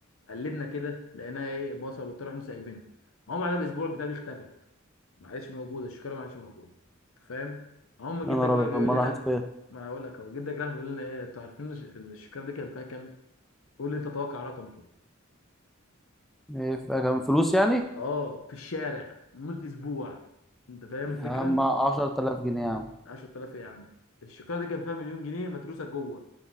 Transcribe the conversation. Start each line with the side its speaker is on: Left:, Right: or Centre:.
Left: قلبنا كده لقيناها ايه بصل وبتاع رحنا سايبينها هم بعدها باسبوع البتاعه دي اختفت ما عادش موجوده الشكاره ما عادش موجوده انت فاهم هم جدك
Centre: انا رابع
Left: بقى بيقول
Centre: مرة
Left: لنا
Centre: راحت فين
Left: ما انا هقول لك اهو جدك راح بيقول لنا ايه انتوا عارفين الش- الشكاره دي كان فيها كام قول لي انت توقع رقم كده
Centre: إيه، كان فلوس يعني
Left: اه في الشارع لمده اسبوع انت فاهم الفكره
Centre: يا عم 10000 جنيه يا عم
Left: 10000 ايه يا عم الشكاره دي كان فيها مليون جنيه متروسه جوه